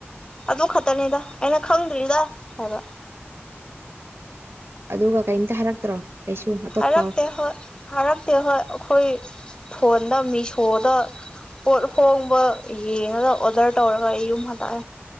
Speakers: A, on the left (about 20°); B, on the right (about 75°).
A: ꯑꯗꯨ ꯈꯛꯇꯅꯤꯗ ꯑꯩꯅ ꯈꯪꯗ꯭ꯔꯤꯗ ꯍꯥꯏꯕ
B: ꯑꯗꯨꯒ ꯀꯩꯝꯇ ꯍꯥꯏꯔꯛꯇ꯭ꯔꯣ ꯀꯩꯁꯨ ꯑꯇꯣꯞꯄ
A: ꯍꯥꯏꯔꯛꯇꯦ ꯍꯣꯏ ꯍꯥꯏꯔꯛꯇꯦ ꯍꯣꯏ ꯑꯩꯈꯣꯏ ꯐꯣꯟꯗ ꯃꯤꯁꯣꯗ ꯄꯣꯠ ꯍꯣꯡꯕ ꯌꯦꯡꯉꯥꯒ ꯑꯣꯗꯔ ꯇꯧꯔꯒ ꯑꯩ ꯌꯨꯝ ꯍꯜꯂꯛꯑꯦ